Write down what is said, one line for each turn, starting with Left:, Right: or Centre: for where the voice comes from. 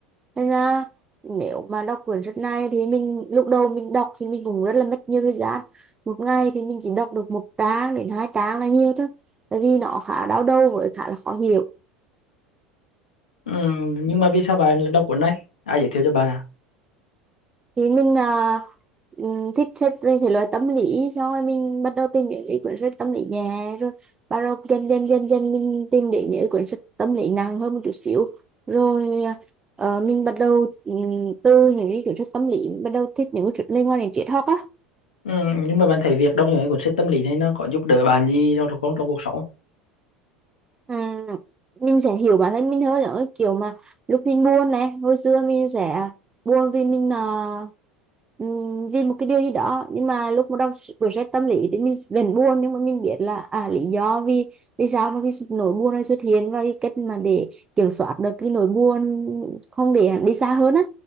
Right: nên là nếu mà đọc quyển sách này thì mình lúc đầu mình đọc thì mình cũng rất là mất nhiều thời gian một ngày thì mình chỉ đọc được một trang đến hai trang là nhiều thôi tại vì nó khá đau đầu với khá là khó hiểu
Left: ừ, nhưng mà vì sao bạn lại đọc cuốn này ai giới thiệu cho bạn à
Right: thì mình à, ừm, thích sách về thể loại tâm lý xong rồi mình bắt đầu tìm những cái cuốn sách tâm lý nhẹ rồi bắt đầu dần dần dần dần mình tìm đến những cái cuốn sách tâm lý nặng hơn một chút xíu rồi à, ờ, mình bắt đầu ừm, từ những cái cuốn sách tâm lý bắt đầu thích những cuốn sách liên quan đến triết học á
Left: ừ, nhưng mà bạn thấy việc đọc những cái cuốn sách tâm lý này nó có giúp đỡ bạn gì trong trong, trong cuộc sống
Right: Ừ, mình sẽ hiểu bản thân mình hơn những cái kiểu mà lúc mình buồn này hồi xưa mình sẽ buồn vì mình ờ, ừm, vì một cái điều gì đó nhưng mà lúc mà đọc s- quyển sách tâm lý thì mình vẫn buồn nhưng mà mình biết là à lý do vì vì sao mà cái sự- nỗi buồn này xuất hiện và cái cách mà để kiểm soát được cái nỗi buồn không để đi xa hơn á